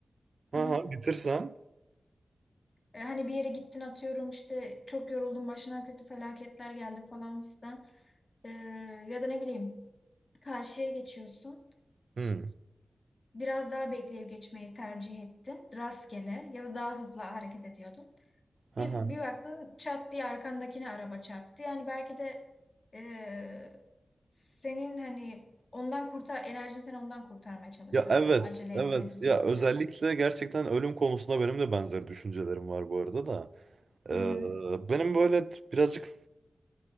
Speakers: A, on the left (about 40°); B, on the right (about 65°).
A: Hı
B: aha
A: hı.
B: bitirsen.
A: E, hani bir yere gittin atıyorum işte çok yoruldun başına kötü felaketler geldi falan fistan. E, ya da ne bileyim karşıya geçiyorsun.
B: Hı.
A: Biraz daha bekleyip geçmeyi tercih ettin. Rastgele ya da daha hızlı hareket ediyordun.
B: Aha.
A: Bir, bir baktın çat diye arkandakine araba çarptı. Yani belki de e, senin hani ondan kurtar, enerjin seni ondan kurtarmaya çalışıyordu.
B: Ya evet,
A: Acele
B: evet.
A: etmenin sebebi.
B: Ya özellikle gerçekten ölüm konusunda benim de benzer düşüncelerim var bu arada da. Ee,
A: Hı hı.
B: benim böyle birazcık